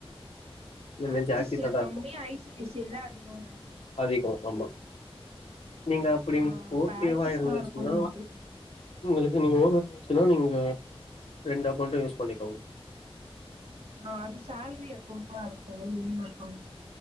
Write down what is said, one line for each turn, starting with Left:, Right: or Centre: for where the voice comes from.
Left: எனக்கு தெரிஞ்சு
Right: ஆக்சிஸ்ல
Left: ஆக்சிஸா தா
Right: கம்மியா
Left: இருக்கு
Right: ஐ சி ஐ சி ஐ -ல அதிகன்றிங்களா
Left: அதிகோ ஆமா நீங்க அப்படி
Right: ஆ அப்ப
Left: ஓகேவா
Right: ஆக்சிஸ்
Left: இருந்துச்சுன்னா
Right: தா இருக்கும்னு நெனைக்கிறே
Left: உங்களுக்கு நீங்க ஓகந்துச்சுன்னா நீங்க ரெண்டு அக்கௌண்ட யூஸ் பண்ணிக்கோங்க
Right: ஆஹ் அது சேல்ரி அக்கௌண்டா இருக்கும் மெயின் அக்கௌன்ட்